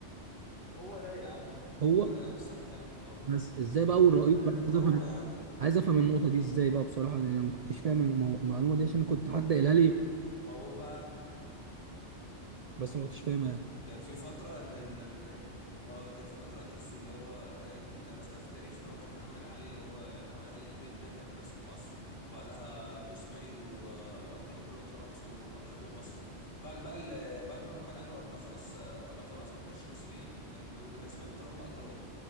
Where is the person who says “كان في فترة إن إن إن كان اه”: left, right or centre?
Left